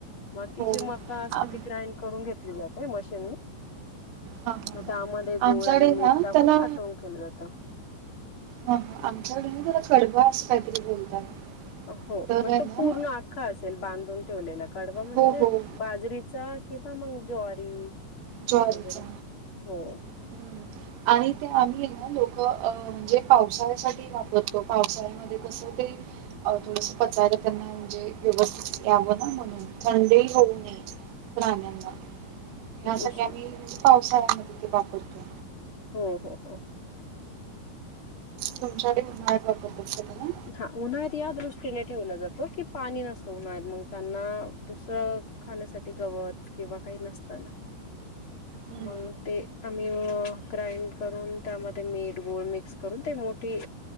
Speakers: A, on the left; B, on the right.
A: मग ती
B: हो
A: जे मका असते
B: आम
A: ती ग्राईंड करून घेतली जाते मशीन
B: हां हां हां
A: मग त्यामध्ये गुळ
B: आमच्याकडे
A: आणि
B: ना
A: मिठ टाकून
B: त्याला
A: साठवून केलं जातं.
B: ह आमच्याकडे ना कडबा अस काहीतरी बोलतात.
A: हो
B: तर
A: मग
B: आहे
A: तो
B: ना
A: पूर्ण आख्खा असेल बांधून ठेवलेला. कडबा म्हणजे
B: हो हो
A: बाजरीचा किंवा मग ज्वारी
B: ज्वारीचा
A: वगैरे हो
B: हम्म. आणि ते आम्ही ना लोक अ म्हणजे पावसाळ्यासाठी वापर हो पावसाळ्यामध्ये कसं काही थोडस पचायला त्यांना म्हणजे व्यवस्थित यावं ना म्हणून थंडीही होऊ नये. प्राण्यांना ह्या सगळ्या
A: उष्ण
B: मी म्हणजे पावसाळ्यामध्ये ते वापरतो.
A: हो हो हो
B: तुमच्याकडे उन्हाळ्यात वापरत असतील ना?
A: हा उन्हाळ्यात या दृष्टीने ठेवलं जातं कि पाणी नसतं उन्हाळ्यात मग त्यांना दुसरं खाण्यासाठी गवत किंवा काही नसतं ना.
B: हम्म.
A: मग ते आम्ही ग्राईंड करून त्यामध्ये मीठ गुळ मिक्स करून ते मोठी